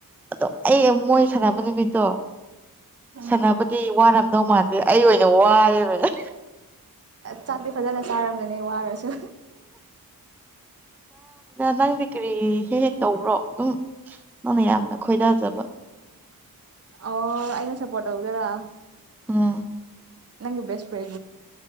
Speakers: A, in the centre; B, on the right.
A: ꯑꯗꯣ ꯑꯩ ꯃꯣꯏ ꯁꯥꯟꯅꯕ ꯅꯨꯃꯤꯠꯇꯣ
B: ꯎꯝ
A: ꯁꯥꯟꯅꯕꯗꯤ ꯋꯥꯔꯝꯗꯧ ꯃꯥꯟꯗꯦ ꯑꯩ ꯑꯣꯏꯅ ꯋꯥꯏꯌꯦꯕꯅꯦ
B: ꯆꯥꯛꯇꯔꯤ ꯐꯖꯅ ꯆꯥꯔꯝꯅꯦ ꯋꯥꯔꯁ
A: ꯅꯪ ꯗꯤ ꯀ꯭ꯔꯤ ꯍꯦꯛ ꯍꯦꯛ ꯇꯧꯕ꯭ꯔꯣ ꯑꯗꯨꯝ ꯅꯪꯅ ꯌꯥꯝꯅ ꯈꯣꯏꯗꯥꯖꯕ <unintelligible> <inaudible>
B: ꯑꯣ ꯑꯩꯅ ꯁꯞꯄꯣꯔꯠ ꯇꯧꯗꯣꯏꯔꯥ
A: ꯑꯥ <unintelligible> <inaudible>
B: ꯅꯪꯒꯤ ꯦꯁ ꯐ꯭ꯔ